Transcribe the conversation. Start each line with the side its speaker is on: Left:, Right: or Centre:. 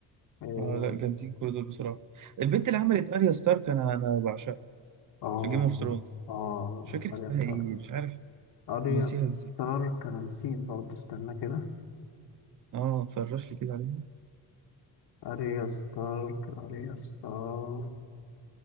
Left: آه
Right: آه لا جامدين كل دول بصراحة البت اللي عملت أريا ستارك أنا أنا بعشقها
Left: اه
Right: في جيم اوف ثرونز
Left: اه
Right: مش فاكر
Left: اريا
Right: اسمها
Left: ستارك
Right: ايه مش عارف
Left: اريا
Right: ناسيها
Left: ستارك
Right: ازاي
Left: انا نسيت برضه استنى كده
Right: اه سرش لي كده عليها
Left: اريا ستارك اريا ستارك